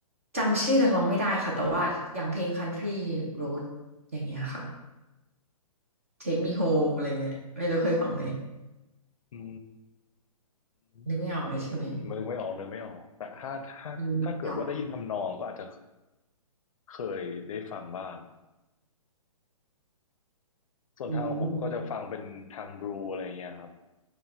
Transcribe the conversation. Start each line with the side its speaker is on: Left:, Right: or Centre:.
Right: จำชื่อนักร้องไม่ได้ค่ะแต่ว่าอย่างเพลง Country Road อย่างเงี้ยค่ะ Take Me Home อะไรเงี้ยไม่รู้เคยฟังไหม
Left: อืม
Right: นึกไม่ออกเลยใช่ไหม
Left: มันนึกไม่ออกเลยไม่ออกแต่ถ้าถ้าถ้าเกิดว่าได้ยินทำนองก็อาจจะ
Right: มันเก่ามาก
Left: เคยได้ฟังบ้างส่วนทางของผมก็จะฟังเป็นทางบลูอะไรเงี้ยครับ
Right: อืม